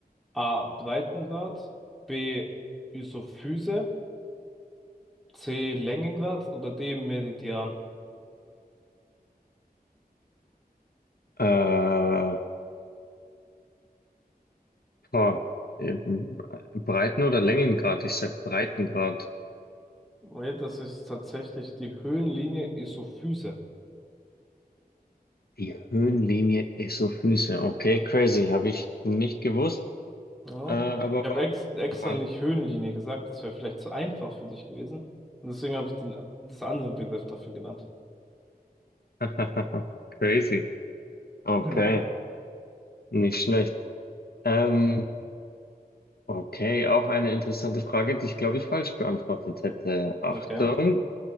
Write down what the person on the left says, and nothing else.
Äh, Oh, ähm, Breiten- oder Längengrad? Ich sag Breitengrad.
Die Höhenlinie Esophyse. Okay, crazy. Habe ich nicht gewusst,
äh, aber
war,
war
<laughs> crazy. Okay,
nicht schlecht. Ähm, okay, auch eine interessante Frage, die ich glaube ich falsch beantwortet hätte. Achtung,